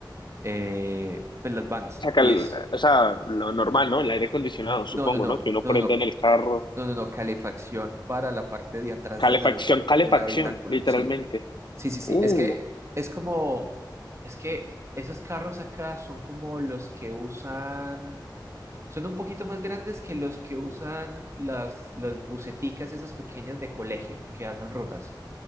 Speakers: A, on the right; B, on the left.
A: eh, pues las vans,
B: O sea, cal-
A: y es,
B: o sea, lo normal, ¿no? El aire acondicionado, supongo,
A: no, no, no,
B: ¿no? Que uno
A: no,
B: prende
A: no, no.
B: en el carro.
A: No, no, no, calefacción para la parte de atrás
B: Calefacción,
A: del habi-
B: calefacción,
A: del habitáculo.
B: literalmente.
A: Sí, sí, sí, sí.
B: Uh,
A: Es que es como, es que esos carros acá son como los que usan, son un poquito más grandes que los que usan las, las buseticas esas pequeñas de colegio que hacen rutas.